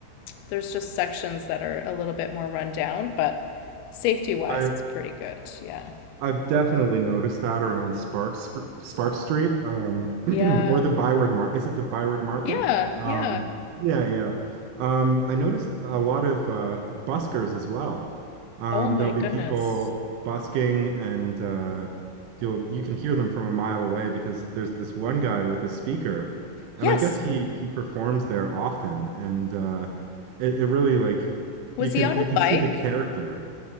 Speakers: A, on the left (about 85°); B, on the right (about 80°).
A: there's just sections that are a little bit more run down, but safety wise,
B: I
A: it's pretty good. Yeah.
B: I've definitely noticed that around Spark Sp- Spark Street, um, <clears throat>
A: Yeah.
B: or the Byward Mar. Is it the Byward Market?
A: Yeah.
B: Um,
A: Yeah.
B: yeah, yeah. Um, I noticed a lot of uh, buskers as well. Um,
A: Oh my
B: there'll
A: goodness.
B: be people busking, and uh, you'll you can hear them from a mile away because there's this one guy with a speaker,
A: Yes.
B: and I guess he he performs there often, and uh, it, it really like
A: Was
B: you can
A: he on
B: you
A: a bike?
B: can see the character.